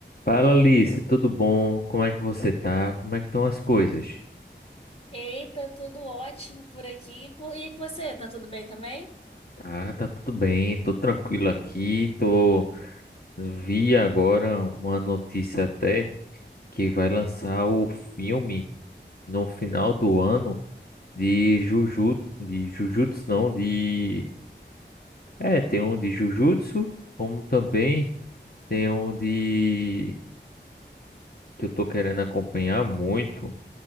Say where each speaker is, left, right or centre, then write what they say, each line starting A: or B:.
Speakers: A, on the left; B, on the left.
A: Fala Alice, tudo bom? Como é que você tá? Como é que estão as coisas?
B: Eita, tudo ótimo por aqui. Por- E com você, tá tudo bem também?
A: Ah, tá tudo bem, tô tranquilo aqui, tô... Vi agora uma notícia até que vai lançar o filme no final do ano de Jujutsu, de Jujutsu não, de... É, tem um de Jujutsu, como também tem um de... que eu tô querendo acompanhar muito,